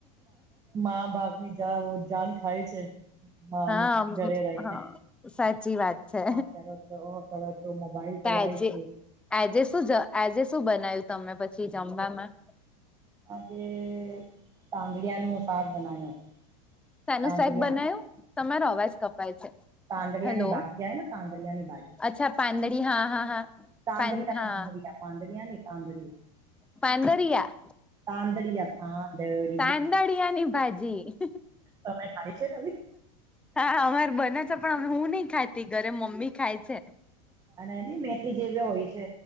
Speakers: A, on the right; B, in the centre.
A: મા બાપ ની જ જાન ખાય છે હ
B: હા
A: ઘરે રહીને
B: હા સાચી વાત છે
A: હા કરો છો ઓ કરો છો મોબાઈલ
B: તો
A: એલા
B: આજે
A: હોય
B: આજે શું આજે શું બનાવ્યું તમે પછી જમવામાં
A: આજે પંગડીયા ન શાક બનાવ્યું હતું
B: શનું
A: તાંદળિયા
B: શેક બનાયું તમારો અવાજ કપાય છે
A: પાંદડીયાની
B: હેલો
A: ભાજીય ને પાંદડિયાની ભાજી
B: અચ્છા પાંદડી હા હા હા
A: તાદડીિયા
B: પાન હા
A: તાદડીિયા પાદડીિયા નની તાદડીિયા
B: પાંદરિયા
A: તાદડીિયા પાંદડી
B: પાંડળીયાની ભાજી
A: તમે ખાય છે કભી
B: હા અમારે બને છે પણ હું નહી ખાતી ઘરે મમ્મી ખાય છે
A: અને એની મેથી જેવી હોય છે